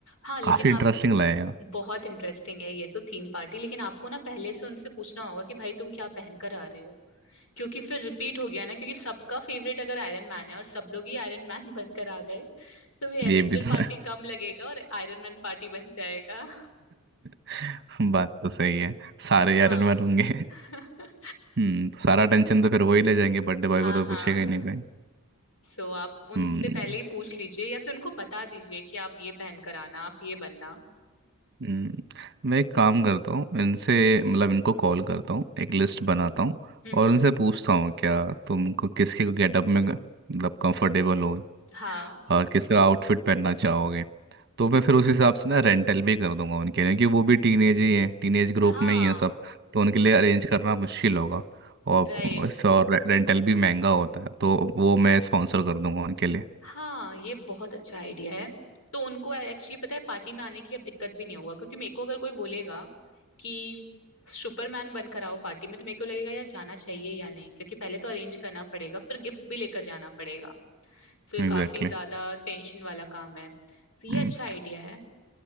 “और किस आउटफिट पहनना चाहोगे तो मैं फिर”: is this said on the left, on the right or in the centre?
Right